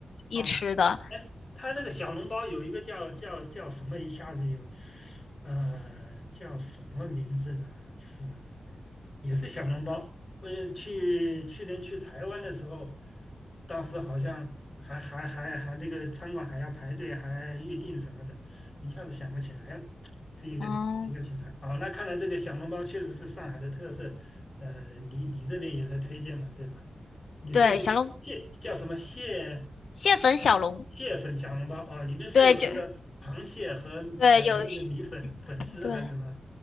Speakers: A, on the left; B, on the left.
A: 一吃的。
B: 啊，哎，他那个小笼包有一个叫叫叫什么，一下子有，呃，叫什么名字呢？是。也是小笼包。我也去去年去台湾的时候，当时好像还还还还那个餐馆还要排队，还预定什么的，一下子想不起来了。是一个是一个品牌啊，
A: 嗯，
B: 那看来这个小笼包确实是上海的特色。呃，你你这边也在推荐嘛，对吧？你说的是蟹叫什么蟹
A: 对，小笼蟹粉小笼，
B: 蟹粉小笼包啊？里面是有那个螃蟹和呃那个米粉粉丝还是什么
A: 对，就对有蟹对，